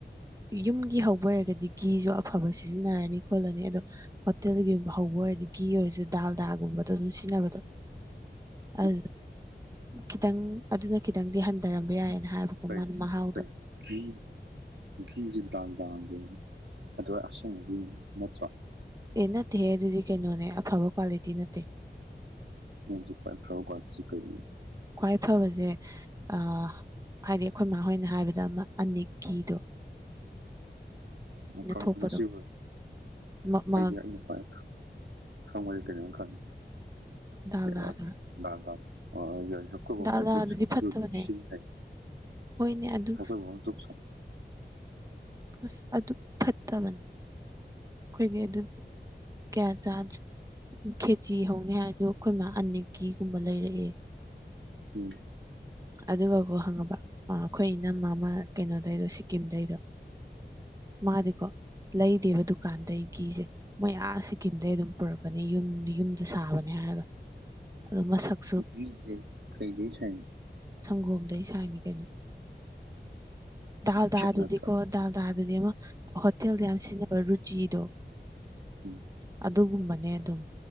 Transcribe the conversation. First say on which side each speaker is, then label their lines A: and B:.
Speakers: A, on the right; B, on the right.
A: ꯌꯨꯝꯒꯤ ꯍꯧꯕ ꯑꯣꯏꯔꯒꯗꯤ ꯒꯤꯁꯨ ꯑꯐꯕ ꯁꯤꯖꯤꯟꯅꯔꯅꯤ ꯈꯣꯠꯂꯅꯤ ꯑꯗꯣ ꯍꯣꯇꯦꯜꯒꯤ ꯒꯨꯝꯕ ꯍꯧꯕ ꯑꯣꯏꯔꯗꯤ ꯒꯤ ꯑꯣꯏꯔꯁꯨ ꯗꯥꯜꯗꯥ ꯒꯨꯝꯕꯗꯣ ꯑꯗꯨꯝ ꯁꯤꯖꯤꯟꯅꯕꯗꯣ
B: <inaudible>
A: ꯑꯗꯨ ꯈꯤꯇꯪ ꯑꯗꯨꯅ ꯈꯤꯇꯪꯗꯤ ꯍꯟꯗꯔꯝꯕ ꯌꯥꯏꯌꯦꯅ ꯍꯥꯏꯌꯦꯕꯀꯣ ꯃꯥꯅ
B: <inaudible>
A: ꯃꯍꯥꯎꯗꯣ
B: ꯒꯤ ꯒꯤꯁꯤ ꯗꯥꯜꯗꯥꯒꯤ ꯑꯣꯏꯔꯝꯅꯤ ꯑꯗꯨ ꯑꯁꯦꯡꯕ ꯒꯤ ꯅꯠꯇ꯭ꯔꯣ
A: ꯑꯦ ꯅꯠꯇꯦꯍꯦ ꯑꯗꯨꯗꯤ ꯀꯩꯅꯣꯅꯦ ꯑꯐꯕ ꯀ꯭ꯋꯥꯂꯤꯇꯤ ꯅꯠꯇꯦ
B: ꯃꯣꯏꯁꯨ ꯀꯟꯇꯔꯣꯜ ꯀꯩ
A: ꯈ꯭ꯋꯥꯏ ꯐꯕꯁꯦ ꯑꯥ ꯍꯥꯏꯗꯤ ꯑꯈꯣꯏ ꯃꯥꯥ ꯍꯣꯏꯅ ꯍꯥꯏꯕꯗ ꯑꯃ ꯑꯅꯤꯛ ꯀꯤꯗꯣ
B: <unintelligible> ꯃꯐꯝ
A: ꯊꯣꯛꯄꯗꯣ
B: ꯉꯁꯤꯕꯨ
A: ꯃ- ꯃ-
B: ꯑꯩꯒꯤ ꯑꯩ ꯄꯥꯏꯕꯗꯣ ꯈꯪꯕ꯭ꯔꯥ ꯑꯩ ꯀꯩꯅꯣꯝ ꯈꯪꯉꯦ
A: ꯗꯥꯜꯗꯥꯗꯣ
B: ꯀꯩꯕ ꯗꯥꯜ ꯗꯥꯜ ꯑꯥ ꯈꯣꯏ ꯕꯣꯛꯇꯣ
A: ꯗꯥꯜꯗꯥꯗꯨꯗꯤ
B: ꯂꯣꯛꯁꯤ ꯑꯗꯨ
A: ꯐꯠꯇꯕꯅꯦ
B: ꯁꯤꯖꯤꯟꯅꯩ
A: ꯍꯣꯏꯅꯦ ꯑꯗꯨ
B: ꯑꯈꯣꯏ ꯕꯣꯛꯅ ꯗꯨꯛ
A: ꯑꯁ ꯑꯗꯨ ꯐꯠꯇꯕꯅꯤ ꯑꯈꯣꯏꯗꯤ ꯑꯗꯨ ꯀꯌꯥ ꯆꯥꯗ꯭ꯔꯦ ꯈꯦꯆꯤ ꯍꯧꯅꯤ ꯍꯥꯏꯔꯁꯨ ꯈꯣꯏ ꯃꯥ ꯑꯅꯤꯛꯀꯤ ꯀꯨꯝꯕ ꯂꯩꯔꯛꯑꯦ
B: ꯎꯝ
A: ꯑꯗꯨꯒꯀꯣ ꯈꯪꯉꯕ ꯑꯈꯣꯏ ꯏꯅꯝꯃ ꯑꯃ ꯀꯩꯅꯣꯗꯩꯗꯣ ꯁꯤꯀꯤꯝꯗꯩꯗꯣ ꯃꯥꯗꯤꯀꯣ ꯂꯩꯗꯦꯕ ꯗꯨꯀꯥꯟꯗꯩ ꯒꯤꯁꯦ ꯃꯣꯏ ꯑꯥꯁ ꯁꯤꯀꯤꯝꯗꯩ ꯑꯗꯨꯝ ꯄꯨꯔꯛꯀꯅꯤ ꯌꯨꯝ ꯌꯨꯝꯗ ꯁꯥꯕꯅꯦ ꯍꯥꯏꯔꯒ ꯑꯗꯣ ꯃꯁꯛ
B: ꯒꯤꯁꯦ ꯀꯩꯗꯩ ꯁꯥꯏꯅꯣ
A: ꯁꯪꯒꯣꯝꯗꯩ ꯁꯥꯏꯅꯤ ꯀꯩꯅꯣ ꯗꯥꯥꯜ ꯗꯥꯜ
B: ꯈꯦꯠ ꯅꯠꯇ꯭ꯔꯣ
A: ꯗꯨꯗꯤꯀꯣ ꯗꯥꯜ ꯗꯥꯗꯨꯗꯤ ꯑꯃ ꯍꯣꯇꯦꯜꯗ ꯌꯥꯝ ꯁꯤꯖꯤꯟꯅꯕ ꯔꯨꯆꯤꯗꯣ
B: ꯎꯝ
A: ꯑꯗꯨꯒꯨꯝꯕꯅꯦ ꯑꯗꯨꯝ